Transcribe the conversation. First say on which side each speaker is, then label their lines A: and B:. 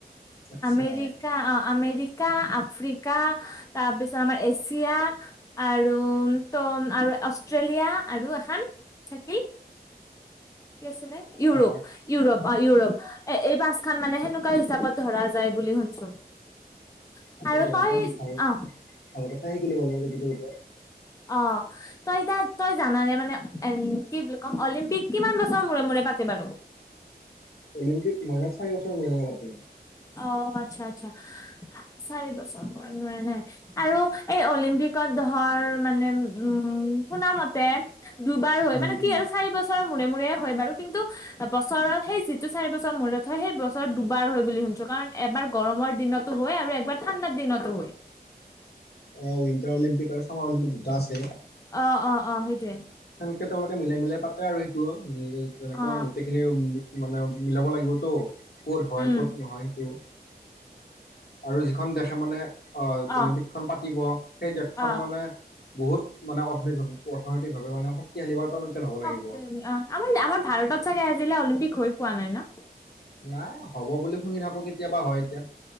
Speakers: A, on the left; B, on the left.
A: আচ্ছা
B: আমেৰিকা অ' আমেৰিকা -ৰিকা, আফ্ৰিকা তাৰপিছত আমাৰ এছিয়া আৰু ত' আৰু অষ্ট্ৰেলিয়া আৰু এখন থাকিল কি আছিলে? ইউৰোপ।
A: আমাৰ
B: ইউৰোপ, ইউৰোপ এই পাছখান মানে হেনেকু - ৱা হিচাপত ধৰা যায় বুলি শুনচোং।
A: তাকেতো
B: আৰু
A: একদম
B: তই
A: ভাল
B: আহ
A: ভাল কথা শিকি লবা লাগে <unintelligible> ওপৰত।
B: অ'হ। তই ইতা, তই জানানে মানে এম কি বুলি কম, অলিম্পিক কিমান বছৰ মূৰে -মূৰে পাতে বাৰু?
A: অলিম্পিক মানে চাৰি বছৰ মূৰে- মূৰে পাতে।
B: অ'। আচ্ছা। আচ্ছা। চাৰি বছৰ মূৰে -মূৰে নে? আৰু এই অলিম্পিকত ধৰ মানে উম, শুনামতে দুবাৰ হয়।
A: উম
B: মানে কি
A: উম
B: আৰু, চাৰি বছৰৰ মূৰে- মূৰে হয় বাৰু কিন্তু বছৰত সেইযিটো চাৰি বছৰ মূৰত হয়, সেই বছৰত দুবাৰ হয় বুলি শুনছো -কাৰণ এবাৰ গৰমৰ দিনতো হয়। আৰু একবাৰ ঠাণ্ডাৰ দিনতো হয়।
A: অ' উইণ্টাৰ অলিম্পিক আৰু ছামাৰ অলিম্পিক, দুটা আছে।
B: অ 'হ। অ'হ। অ'হ সেইটোয়ে।
A: সেনেকে তেওঁলোকে মিলাই মিলাই পাতে আৰু সেইটোৱ। যেনেকে
B: অ
A: মানে গোটেই খিনি মানে মিলাব লাগিবতো। ক'ত হয়,
B: উম
A: ক'ত নহয়। সেইটো। আৰু যিখন দেশে মানে আহ
B: অ
A: অলিম্পিকখন পাতিব, সেই দেশখন
B: অ
A: মানে বহুত মানে অৰ্থনৈতি- অৰ্থনৈতিকভাৱে মানে শ -ক্তিশালী বা তনকিয়াল হ'ব লাগিব
B: শক্তিশালী। অ'। আমাৰ ভাৰতত চাগে আজিলৈ অলিম্পিক হৈ পোৱা নাই ন?
A: নাই, হ'ব বুলি শুনি থাকো। কেতিয়াবা হয়, এতিয়া।